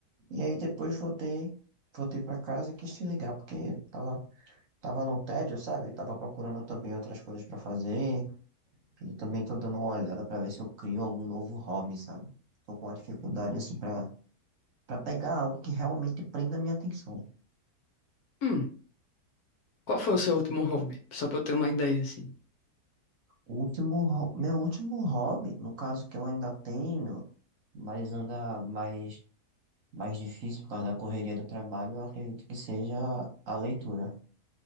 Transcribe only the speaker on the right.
E aí depois voltei, voltei para casa e quis te ligar, porque tava, tava no tédio, sabe? Tava procurando também outras coisas para fazer. Eu também tô dando uma olhada pra ver se eu crio algum novo hobby, sabe? Tô com uma dificuldade assim pra para pegar algo que realmente prenda a minha atenção.
O último, ho- meu último hobby, no caso que eu ainda tenho, mas anda mais mais difícil por causa da correria do trabalho, eu acredito que seja a leitura.